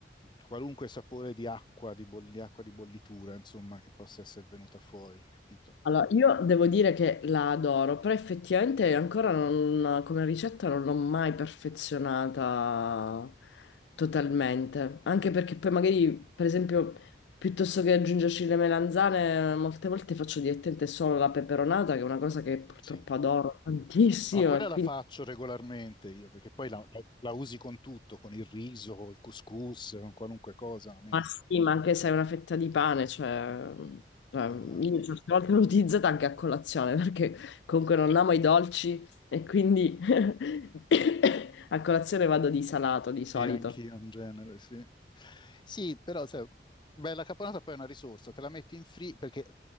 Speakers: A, on the left; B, on the left.
A: qualunque sapore di acqua, di bolli- acqua di bollitura, insomma, che possa essere venuta fuori, capito?
B: Allora, io devo dire che la adoro, però effettivamente ancora non- come ricetta non l'ho mai perfezionata totalmente, anche perché poi magari, per esempio, piuttosto che aggiungerci le melanzane, molte volte faccio direttamente solo la peperonata, che è una cosa che purtroppo
A: Sì.
B: adoro tantissimo,
A: Ma Ah, quella
B: e quindi...
A: la faccio regolarmente io, perché poi la, la- la usi con tutto, con il riso, col couscous, con qualunque cosa la metti.
B: Ma sì, ma anche se è una fetta di pane, cioè,
A: Mm.
B: cioè,
A: Eh,
B: io certe volte l'ho utilizzata anche a colazione, perché comunque non amo i dolci e quindi <coughs> a colazione vado di salato di solito.
A: sì, anch'io in genere, sì. Sì, però, sai, beh, la caponata poi è una risorsa, te la metti in free perché